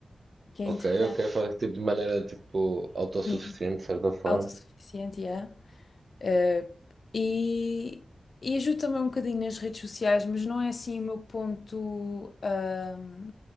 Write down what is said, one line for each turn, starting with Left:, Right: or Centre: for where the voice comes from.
Left: que é interessante,
Right: Ok, ok, faz tipo de maneira tipo autossuficiente,
Left: Sim.
Right: de certa forma.
Left: autossuficiente, yeah. Eh, e, e ajudo também um bocadinho nas redes sociais, mas não é assim o meu ponto, ahm,